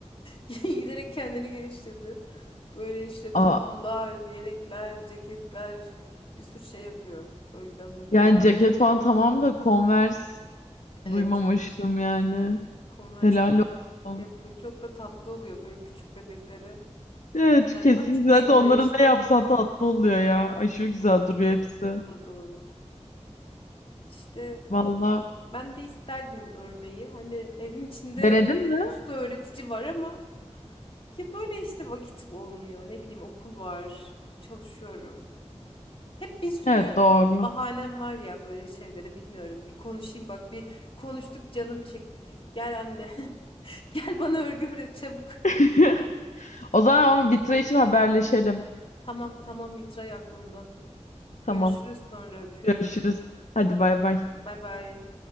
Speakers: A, on the left (about 50°); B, on the left (about 80°).
A: Giderek kendini geliştirdi. Böyle işte
B: Aa,
A: tulumlar, yelekler, ceketler bir sürü şey yapıyor. Örgüden hırkalar.
B: yani ceket falan tamam da Converse
A: Evet.
B: duymamıştım yani.
A: Konvers
B: Helal olsun.
A: yapıyor. Çok da tatlı oluyor böyle küçük bebeklere.
B: Evet
A: Yani
B: kesin.
A: patik
B: Zaten
A: yerine
B: onlara
A: işte.
B: ne yapsan tatlı oluyor ya. Aşırı güzel
A: O da
B: duruyor
A: doğru.
B: hepsi.
A: O da doğru. İşte
B: Vallahi
A: ben de isterdim örmeyi. Hani evin içinde
B: denedin
A: bir
B: mi?
A: usta öğretici var ama ya böyle işte vakit olmuyor. Ne bileyim okul var. Çalışıyorum. Hep bir sürü
B: Evet doğru.
A: bahanem var ya böyle şeylere bilmiyorum. Bir konuşayım bak bir konuştuk canım çekti. Gi- Gel anne. <laughs> Gel bana örgü öğret çabuk.
B: <laughs> O zaman ama vitra için haberleşelim.
A: Tamam tamam vitray aklımda.
B: Tamam.
A: Görüşürüz sonra öpüyorum.
B: Görüşürüz. Hadi bay bay.
A: Bay bay.